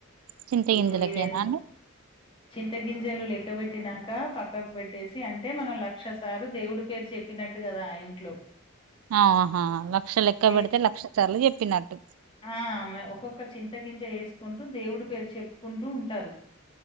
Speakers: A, on the right; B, on the left.
A: చింత గింజలకేనా
B: ఇప్పుడు ఇది ఎన్
A: అండి
B: చింత గింజలు లెక్కబెట్టినాక పక్కకు పెట్టేసి అంటే మనం లక్ష సారు దేవుడి పేరు చెప్పినట్టు కదా ఆ ఇంట్లో
A: ఆహా లక్ష లెక్క
B: లెక్
A: పెడితే లక్ష సార్లు చెప్పినట్టు
B: ఆ ఒక్కొక్క చింత గింజ వేసుకుంటూ దేవుడి పేరు చెప్పుకుంటూ ఉంటారు